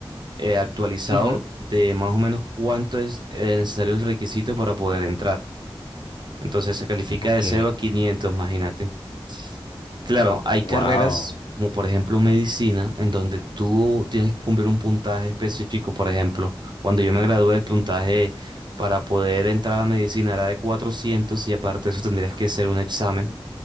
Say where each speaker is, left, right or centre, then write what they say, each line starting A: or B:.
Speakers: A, on the right; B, on the left.
A: eh, actualizado
B: ujú,
A: de más o menos cuánto es eh, necesario el requisito para poder entrar. Entonces se califica
B: Ok.
A: de cero a 500, imagínate. Claro, hay carreras
B: Wow.
A: como por ejemplo medicina, en donde tú tienes que cumplir un puntaje específico. Por ejemplo, cuando yo me gradué, el puntaje para poder entrar a medicina era de 400 y aparte de eso tendrías que hacer un examen